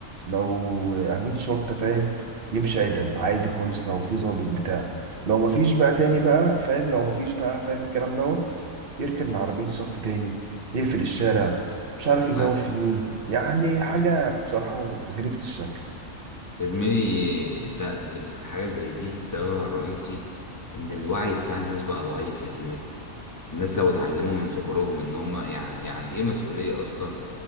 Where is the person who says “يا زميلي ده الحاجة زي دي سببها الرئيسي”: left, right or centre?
Left